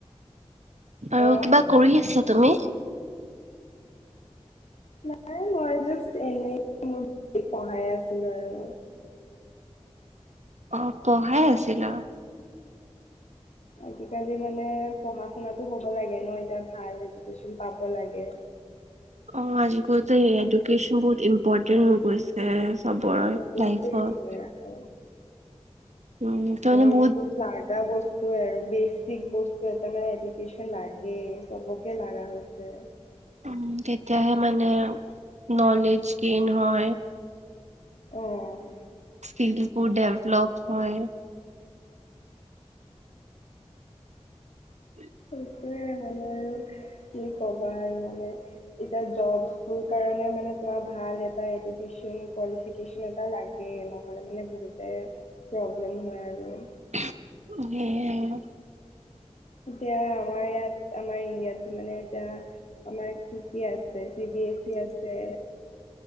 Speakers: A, on the right; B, on the left.
A: আৰু
B: অ
A: কিবা কৰি আছা তুমি?
B: নাই মই জাষ্ট এনেই <unintelligible> পঢ়াই আছিলো আৰু।
A: অ', পঢ়াই আছিলা?
B: আজিকালি মানে পঢ়া শুনাটো হ' হ'ব লাগে ন, এতিয়া ভাল এজুকেশন পাব লাগে।
A: অ', আজি <unintelligible> এজুকেচন বহুত ইম্পৰ্টেণ্ট হৈ গৈছে। এ চবৰেই
B: বহুতে
A: লাইফত।
B: লাগে আৰু
A: উম তাৰমানে
B: <unintelligible>
A: বহুত
B: লাগা বস্তুৱেই আৰু, বেচিক বস্তু এটা মানে, এডুকেচন লাগে। চ'বকেই লাগা হৈছে।
A: উম, তেতিয়াহে মানে নলেজ গেইন হয়
B: অ'।
A: স্কিলবোৰ ডেভলপ হয় হয়।
B: সেইটোৱে মানে আৰু কি কবা আৰু মানে। এতিয়া য'ব টোৰ কাৰণে মানে তোমাৰ ভাল এটা এডুকেশ্বন কুৱালিফিকেশ্বন এটা লাগে। এ নহ'লে মানে বহুতে প্ৰব্লেম হয় আৰু।
A: উহঃ মানে
B: এতিয়া, আমাৰ ইয়াত আমাৰ ইয়াতো মানে এতিয়া আমাৰ কি কি আছে, চি বি এছ ই আছে